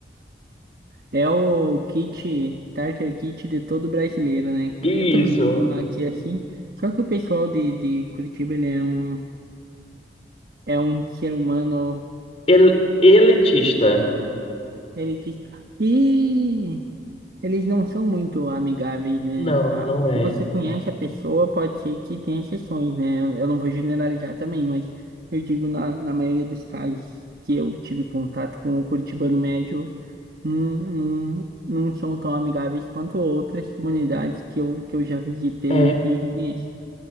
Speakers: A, on the right; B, on the left.
A: É o kit, starter kit de todo brasileiro, né, cara?
B: Isso.
A: Eu também ando aqui assim. Só que o pessoal de, de Curitiba, ele é um, é um ser humano.
B: El elitista.
A: Ele diz. E eles não são muito amigáveis, né?
B: Não,
A: Ah,
B: não
A: Se
B: é.
A: você conhece a pessoa, pode ser que tenha exceções, né? Eu eu não vou generalizar também, mas eu digo na, na maioria dos casos que eu tive contato com o Curitibano Médio, não, não, não são tão amigáveis quanto outras comunidades que eu, que eu já visitei
B: É,
A: e conheço.